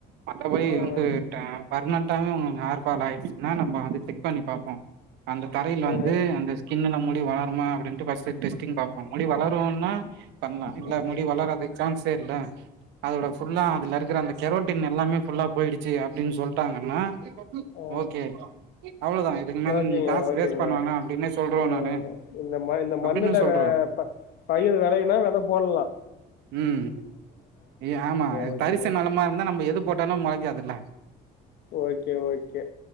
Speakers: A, on the right; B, on the left.
A: மற்றபடி
B: ஆ
A: வந்துடே பர்மனன்டாவு ஹேர்ஃபால் ஆயிருச்சுனா நம்ம வந்து செக் பண்ணி பாப்போ அந்த தரையில
B: ஆ
A: வந்து அந்த ஸின்னுல முடி வளருமா அப்டின்ட்டு ஃபஸ்ட்டு டெஸ்டிங் பாப்போ முடி வளருன்னா பண்லா இல்ல
B: ஆ
A: முடி வளர்றதுக்கு சான்ஸே இல்ல அதோட ஃபுல்லா அதுல இருக்குற அந்த கெரோட்டின் எல்லாமே ஃபுல்லா போயிடுச்சு அப்டின் சொல்லிட்டாங்கனா ம்
B: ஆ
A: ஓகே அவ்ளோதா இதுக்கு மேல
B: ஓகேங்க
A: நீங்க காசு
B: ஓகேங்க
A: வேஸ்ட் பண்ண வேணா அப்டின்னே சொல்றோ
B: அஹ்
A: நானு
B: இந்த ம இந்த மண்ணுல
A: அப்டின்னு சொல்றோ
B: ப பயிர் வெலையுனா வெத போட்லா
A: உம் இ ஆமா
B: ஓகேங்க
A: தரிசு நெலமா இருந்தா நம்ம எது போட்டாலு மொளைக்காதுல்ல
B: ஓகே ஓகே